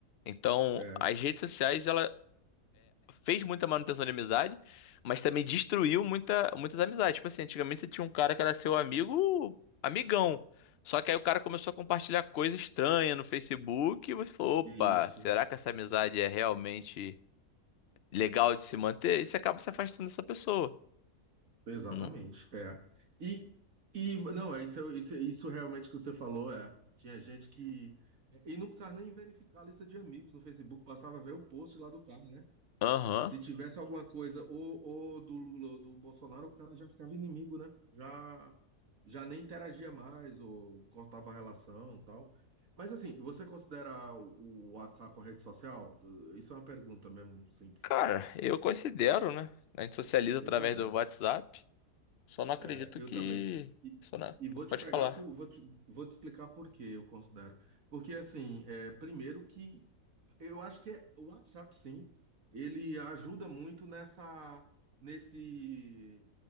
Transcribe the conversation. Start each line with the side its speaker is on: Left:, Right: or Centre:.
Left: Então,
Right: é,
Left: as redes sociais, ela fez muita manutenção de amizade, mas também destruiu muita, muitas amizades. Tipo assim, antigamente você tinha um cara que era seu amigo, amigão. Só que aí o cara começou a compartilhar coisa estranha no Facebook e você falou, opa,
Right: isso.
Left: será que essa amizade é realmente legal de se manter, e você acaba se afastando dessa pessoa.
Right: Exatamente,
Left: Não-
Right: é. E, e não, é isso, é, isso, é, isso realmente que você falou, é. Tinha gente que. E não precisava nem verificar a lista de amigos no Facebook, bastava ver o post lá do cara, né?
Left: Aham.
Right: Se tivesse alguma coisa ou, ou do Lula ou do Bolsonaro, o cara já ficava inimigo, né? Já, já nem interagia mais ou cortava a relação e tal. Mas assim, você considera o o WhatsApp uma rede social? Isso é uma pergunta mesmo simples.
Left: Cara, eu considero, né? A gente socializa
Right: Eu
Left: através
Right: também.
Left: do WhatsApp. Só não acredito
Right: É, Eu
Left: que.
Right: também. E,
Left: Só não...
Right: e vou te
Left: Pode
Right: pegar
Left: falar.
Right: por, vou te, vou te explicar por que eu considero. Porque assim, é, primeiro que eu acho que é, o WhatsApp, sim, ele ajuda muito nessa, nesse,